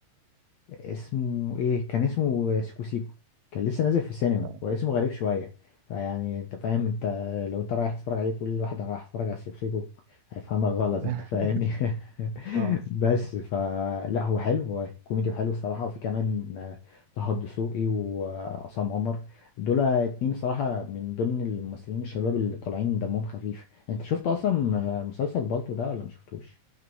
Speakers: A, on the left; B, on the right.
A: اسمه ايه كان اسمه سيكو سيكو كان لسه نازل في السينما
B: آه.
A: هو اسمه غريب شويه فيعني انت فاهم انت لو انت رايح تتفرج عليه تقول لواحد انا رايح اتفرج على سيكو سيكو هيفهمك غلط
B: <laughs>
A: انت فاهمني <laughs>
B: اه
A: بس فلا هو حلو هو كوميدي وحلو الصراحه وفي كمان آه، طه الدسوقي وعصام عمر دول اتنين صراحه من ضمن الممثلين الشباب اللي طالعين دمهم خفيف انت شفت اصلا مسلسل بالطو ده ولا ما شفتوش